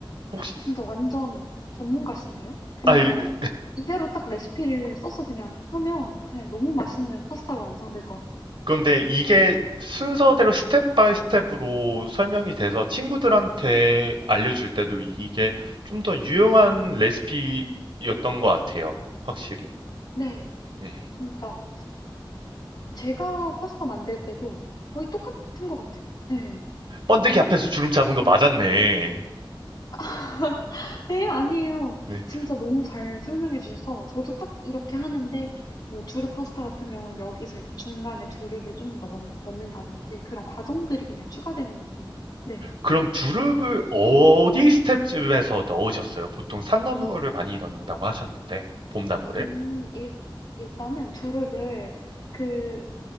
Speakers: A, on the right; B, on the left.
A: 혹시
B: 진짜 완전 전문가신데요? 그냥
A: 아
B: 이대로 딱 레시피를 써서 그냥 하면 그냥 너무 맛있는 파스타가 완성될 것 같아요.
A: 근데 이게 순서대로 스텝 바이 스텝으로 설명이 돼서 친구들한테 알려줄 때도 이게 좀 더 유용한 레시피였던 것 같아요. 확실히.
B: 네.
A: 네.
B: 진짜. 제가 파스타 만들 때도 거의 똑같은 것 같아요. 네.
A: 번데기 앞에서 주름 잡은 거 맞았네.
B: <laughs> 에, 아니에요.
A: 네.
B: 진짜 너무 잘 설명해 주셔서 저도 딱 이렇게 하는데 뭐 두릅 파스타 같은 경우는 여기서 이제 중간에 두릅을 좀 넣, 넣는다든지 그런 과정들이 그냥 추가되는 느낌이라. 네.
A: 그럼 두릅을 어디 스텝쯤에서 넣으셨어요? 보통 산나물을 많이 넣는다고 하셨는데, 봄나물을?
B: 음, 일, 일단은 두릅을 그